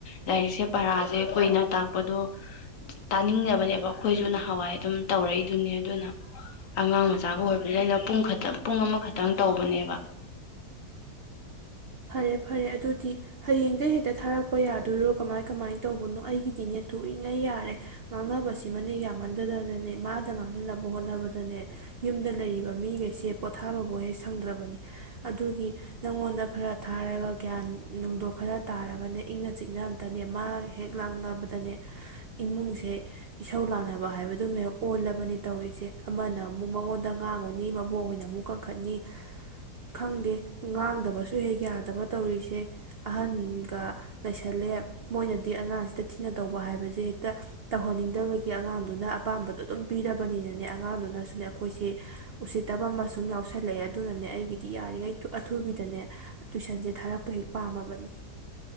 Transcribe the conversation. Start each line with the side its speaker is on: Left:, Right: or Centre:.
Left: ꯂꯥꯏꯔꯤꯛꯁꯦ ꯄꯔꯥꯖꯦ ꯀꯨꯏꯅ ꯇꯥꯛꯄꯗꯣ ꯇꯥꯅꯤꯡꯗꯕꯅꯦꯕ ꯑꯩꯈꯣꯏꯁꯨ ꯅꯍꯥꯟꯋꯥꯏ ꯑꯗꯨꯝ ꯇꯧꯔꯛꯏꯗꯨꯅꯤ ꯑꯗꯨꯅ ꯑꯉꯥꯡ ꯃꯆꯥꯒ ꯑꯣꯏꯕꯅꯤꯅ ꯑꯩꯅ ꯄꯨꯡ ꯈꯛꯇꯪ ꯄꯨꯡ ꯑꯃꯈꯛꯇꯪ ꯇꯧꯕꯅꯦꯕ
Right: ꯐꯔꯦ ꯐꯔꯦ ꯑꯗꯨꯗꯤ ꯍꯌꯦꯡꯗꯩꯩ ꯍꯦꯛꯇ ꯊꯥꯔꯛꯄ ꯌꯥꯗꯣꯏꯔꯣ ꯀꯃꯥꯏ ꯀꯃꯥꯏꯅ ꯇꯧꯕꯅꯣ ꯑꯩꯒꯤꯗꯤꯅꯦ ꯊꯨꯔꯤꯉꯩ ꯌꯥꯔꯦ ꯉꯥꯡꯅꯕꯁꯤꯃꯗꯤ ꯌꯥꯝꯃꯟꯗꯗꯅꯅꯦ ꯃꯥꯗ ꯉꯥꯡꯅꯅꯕ ꯍꯣꯠꯅꯕꯗꯅꯦ ꯌꯨꯝꯗ ꯂꯩꯔꯤꯕ ꯃꯤꯒꯩꯁꯦ ꯄꯣꯊꯥꯕꯕꯨ ꯍꯦꯛ ꯁꯪꯗ꯭ꯔꯕꯅꯤ ꯑꯗꯨꯒꯤ ꯅꯪꯉꯣꯟꯗ ꯈꯔ ꯒ꯭ꯌꯥꯟ ꯅꯨꯡꯗꯣ ꯈꯔ ꯇꯥꯔꯒꯅꯦ ꯏꯪꯅ ꯆꯤꯛꯅ ꯑꯝꯇꯅꯦ ꯃꯥ ꯍꯦꯛ ꯂꯥꯛꯅꯕꯗꯅꯦ ꯏꯃꯨꯡꯁꯤ ꯁꯦ ꯏꯁꯧ ꯂꯥꯡꯅꯕ ꯍꯥꯏꯕ ꯇꯨꯝꯃꯦ ꯑꯣꯜꯂꯕꯅꯤ ꯇꯧꯔꯤꯁꯦ ꯑꯃꯅ ꯑꯃꯨꯛ ꯃꯉꯣꯟꯗ ꯉꯥꯡꯉꯨꯅꯤ ꯃꯕꯣꯛ ꯍꯣꯏꯅ ꯑꯃꯨꯛ ꯀꯟꯈꯠꯅꯤ ꯈꯪꯗꯦ ꯉꯥꯡꯗꯕꯁꯨ ꯍꯩ ꯌꯥꯗꯕ ꯇꯧꯔꯤꯁꯦ ꯑꯍꯟꯒ ꯂꯩꯁꯜꯂꯦ ꯃꯣꯏꯅꯗꯤ ꯑꯉꯥꯡꯁꯤꯗ ꯊꯤꯅ ꯇꯧꯕ ꯍꯥꯏꯕꯖꯦ ꯍꯦꯛꯇ ꯇꯧꯍꯟꯅꯤꯡꯗꯕꯒꯤ ꯑꯉꯥꯡꯗꯨꯅ ꯑꯄꯥꯝꯕꯗꯣ ꯑꯗꯨꯝ ꯄꯤꯔꯕꯅꯤꯅꯅꯦ ꯑꯉꯥꯡꯗꯨꯅꯁꯨ ꯑꯩꯈꯣꯏꯁꯦ ꯎꯁꯤꯠ ꯇꯕꯃ ꯁꯨꯝ ꯌꯥꯎꯁꯜꯂꯛꯑꯦ ꯑꯗꯨꯅꯅꯦ ꯑꯩꯒꯤꯗꯤ ꯌꯥꯔꯤꯉꯩ ꯊꯨ ꯑꯊꯨꯕꯤꯗꯅꯦ ꯇꯨꯏꯁꯟꯖꯦ ꯊꯥꯔꯛꯄ ꯍꯦꯛ ꯄꯥꯝꯃꯕꯅꯤ